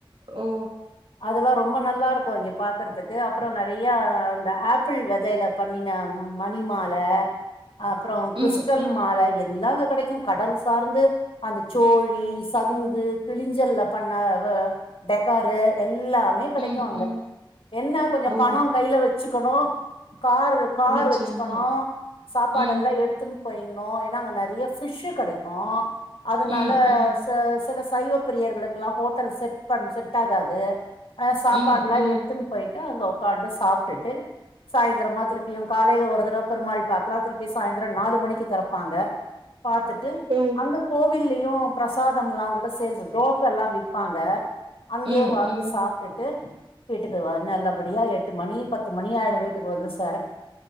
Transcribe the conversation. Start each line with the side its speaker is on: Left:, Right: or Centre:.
Right: ஓ!
Left: அதெல்லா ரொம்ப நல்லா இரு க்கு இங்க பாக்குறதுக்கு அப்புறோ நெறைய இந்த ஆப்பிள் வெதையில பண்ணின மணிமால அப்பறோ கிறிஸ்டல்
Right: ம். ம்.
Left: மால எல்லா அங்க கெடைக்கு கடல் சார்ந்து அந்த சோழி சங்கு கிளிஞ்சல்ல பண்ண வ டெக்காரு எல்லா மே கெடைக்கு
Right: ம்.
Left: அங்க
Right: ம்.
Left: என்ன கொஞ்ச
Right: ஓ!
Left: பணோ கையில வெச்சுக்கணு கார் கார்
Right: நிச்சயமா.
Left: வெச்சுக்கணு சாப்பாடெல்லா
Right: ம்.
Left: எடு த்துன் போயின்னோ ஏன்னா அங்க நெறைய பிஷ்சு கெடைக்கு அதனால
Right: ம். ம்.
Left: ச சில சைவ பிரியர்களுக்கெல்லா ஹோட்டல் செட் பண் செட் ஆகாது ஆ சாப்பாட்ல்லா
Right: ம் ம்
Left: எடுத்துன் போயிட்டு அங்க உக்காந்து சாப்ட்டுட்டு சாயந்திரமா திருப்பியு காலையில ஒரு தடவ பெருமாள் பாக்கலா திருப்பி சாயிந்த்ரோ நாலு மணிக்கு தொறப்பாங்க பாத்துட்டு
Right: ஓ
Left: அங்க கோவில்லயு பிரசாதம்ல்லா கூட சேல்சு தோச எல்லா விப்பாங்க அங்கே
Right: ம்
Left: வாங்கி
Right: ம்
Left: சாப்ட்டுட்டு வீட்டுக்கு வர்னு நல்லபடியா எட்டு மணி பத்து மணி ஆயிடு வீட்டுக்கு வந்து சேர